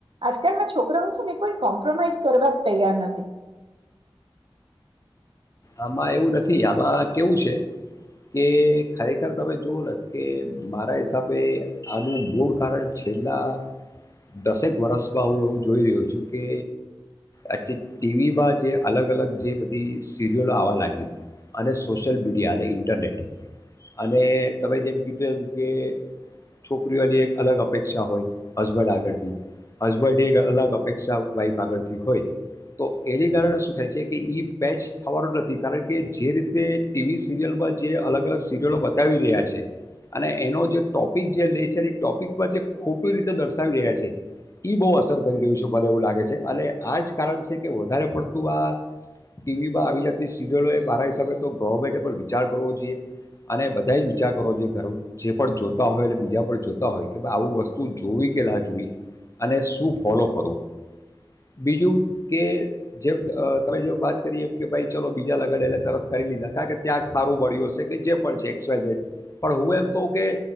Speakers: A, on the right; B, on the left.
A: આજકાલના છોકરાઓ છે ને કોઈ કોમ્પ્રોમાઈઝ કરવા તૈયાર નથી
B: આમાં એવું નથી આમાં કેવું છે કે ખરેખર તમે જોવો કે મારા હિસાબે આનું મૂળ કારણ છેલ્લા દસેક વર્ષમાં હું એવું જોઈ રહ્યો છું કે આ ટીવીમાં જે અલગ અલગ જે સીરિયલો આવવા લાગી અને સોશિયલ મીડિયા અને ઇન્ટરનેટ અને તમે જેમ કીધું એમ કે છોકરીઓની એક અલગ અપેક્ષા હોય હસબન્ડ આગળથી હસબન્ડની એક અલગ અપેક્ષા વાઈફ આગળથી હોય તો એની કારણે શું થાય છે કે બેચ થવાનું નથી કારણ કે જે રીતે ટીવી સિરિયલમાં જે અલગ અલગ સિરિયલો બતાવી રહ્યા છે અને એનો જે ટોપિક જે લે છે એ ટોપિકમાં જે ખોટી રીતે દર્શાવી રહ્યા છે. ઈ બહુ અસર કરી રહ્યું છે મને એવું લાગે ગે છે આજ કાર છે કે વધારે પડતું આ ટીવીમાં આવી જાતની સિરિયલોએ મારા હિસાબે તો ગવર્મેન્ટે પણ વિચાર કરવો જોઈએ અને બધા જ વિચાર કરવો જોઈએ ઘર જે પણ જોતા હોય એટલે બીજા પણ જોતા હોય કે ભાઈ આવું વસ્તુ જોવી કે ના જોઈ અને શું ફોલો કરવું બીજું કે જે અ તમે જે વાત કરી એમ કે ભાઈ ચલો બીજા લગ્ન એલે તરત કરી લીધા કારણ કે ત્યાં સારું મળળ્યું હશે કે જે પણ છે એક્સવાઝેડ પણ હું એમ કહું કે